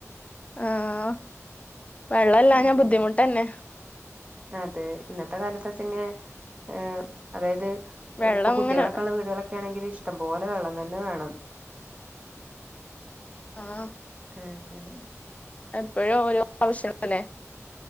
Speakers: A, on the left; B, on the right.
A: ആഹ് വെള്ളല്ലാഞ്ഞാ
B: അങ്ങനെ
A: ബുദ്ധിമുട്ടെന്നെ
B: അതെ ഇന്നത്തെ കാലത്താച്ചെങ്ങെ ഏഹ് അതായത്
A: വെള്ളം
B: എഹ് ഇപ്പകുട്ടികളൊക്കെള്ള
A: ഇങ്ങനെ
B: വീടുകളൊക്കേണെങ്കില് ഇഷ്ടം പോലെ വെള്ളം തന്നെ വേണം
A: ആഹ്
B: അങ്ങനെ
A: എപ്പഴും ഓരോ ആവശ്യം ങ്ങളല്ലേ